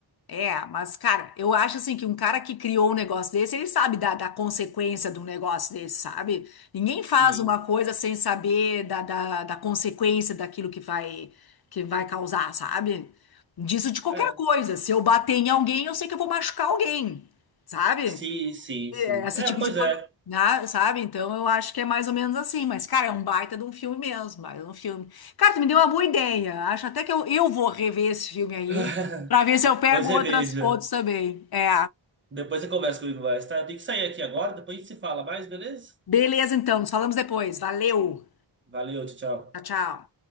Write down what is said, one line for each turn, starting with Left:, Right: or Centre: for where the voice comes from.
Left: É, mas, cara, eu acho assim que um cara que criou um negócio desse, ele sabe da, da consequência de um negócio desse, sabe? Ninguém faz
Right: Sim.
Left: uma coisa sem saber da, da, da consequência daquilo que vai, que vai causar, sabe? Disso de qualquer
Right: É.
Left: coisa. Se eu bater em alguém, eu sei que eu vou machucar alguém, sabe?
Right: Sim, sim, sim.
Left: Esse
Right: É,
Left: tipo
Right: pois
Left: de coisa,
Right: é.
Left: né, sabe? Então eu acho que é mais ou menos assim. Mas, cara, é um baita de um filme mesmo, baita de um filme. Cara, tu me deu uma boa ideia. Acho até que eu, eu vou rever esse filme aí
Right: <laughs>
Left: pra ver se eu pego
Right: Pois é,
Left: outras
Right: veja.
Left: fotos também. É.
Right: Depois você conversa comigo mais, tá? Eu tenho que sair aqui agora, depois a gente se fala mais, beleza?
Left: Beleza, então. Nos falamos depois. Valeu.
Right: Valeu, tchau, tchau.
Left: Tchau, tchau.